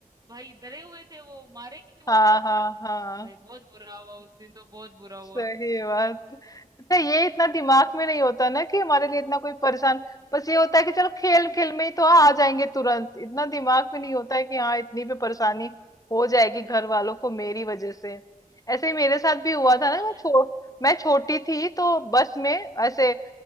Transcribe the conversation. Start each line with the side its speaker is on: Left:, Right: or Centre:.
Right: भाई डरे हुए थे वो मारेंगे वो
Left: हाँ
Right: तो
Left: हाँ हाँ हाँ
Right: भाई बहुत बुरा हुआ उस दिन तो बहुत बुरा हुआ
Left: सही बात अच्छा ये इतना दिमाग में नहीं होता ना कि हमारे लिए इतना कोई परेशान बस ये होता है कि चलो खेल खेल में ही तो आ जाएंगे तुरंत इतना दिमाग में नहीं होता है कि हाँ इतनी भी परेशानी हो जाएगी घर वालों को मेरी वजह से ऐसे ही मेरे साथ भी हुआ था
Right: हाँ
Left: ना मैं छो
Right: अ-
Left: मैं छोटी थी तो बस में ऐसे